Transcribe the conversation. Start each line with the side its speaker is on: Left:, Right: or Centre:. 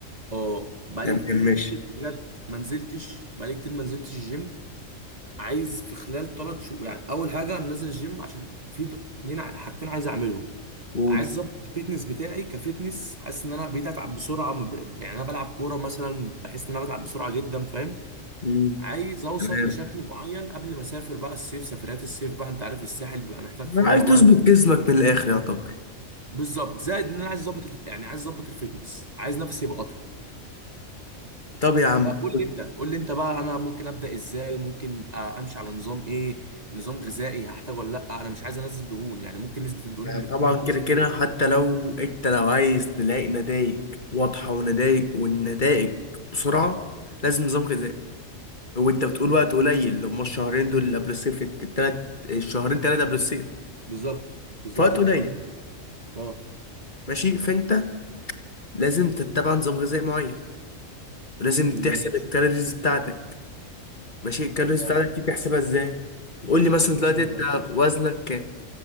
Right: اه بقالي
Left: تمام
Right: كتير
Left: ماشي
Right: بجد ما نزلتش بقالي كتير ما نزلتش الجيم عايز في خلال ثلاث شهور يعني اول حاجه انا نازل الجيم عشان في اتنين ع- حاجتين عايز اعملهم
Left: قول
Right: عايز اظبط الفيتنس بتاعي كفيتنس حاسس ان انا بقيت اتعب بسرعه ما ب- يعني انا بلعب كوره مثلا بحس ان انا بتعب بسرعه جدا فاهم
Left: مم.
Right: عايز اوصل
Left: تمام
Right: لشكل معين قبل ما اسافر بقى الصيف سفريات الصيف بقى انت عارف الساحل بيبقى محتاج فورمه
Left: انا عايز تظبط
Right: بقى
Left: جسمك من الآخر يعتبر
Right: بالظبط زائد ان انا عايز اظبط الف- يعني عايز اظبط الفيتنس عايز نفسي يبقى اطول
Left: طب يا عم
Right: فقول لي انت قول لي انت بقى انا ممكن ابدا ازاي ممكن آه، امشي على نظام ايه نظام غذائي هحتاجه ولا لا انا مش عايز انزل دهون يعني ممكن نسبه الدهون
Left: آه،
Right: اللي تكون
Left: طبعا
Right: بتنزل
Left: كده كده
Right: مني
Left: حتى لو انت لو عايز تلاقي نتائج واضحة ونتائج والنتائج بسرعة لازم نظام غذائي هو انت بتقول وقت قليل اللي هما الشهرين دول اللي قبل الصيف التلات الشهرين تلاتة قبل الصيف
Right: بالظبط بالظبط
Left: فوقت
Right: هم
Left: قليل
Right: شهرين اه
Left: ماشي فانت لازم تتبع نظام غذائي معين ولازم تحسب
Right: ماشي
Left: الكالوريز بتاعتك ماشي الكالوريز
Right: ماشي
Left: بتاعتك دي تحسبها ازاي قول لي مثلا دلوقتي
Right: ازاي
Left: انت
Right: بقى
Left: وزنك كام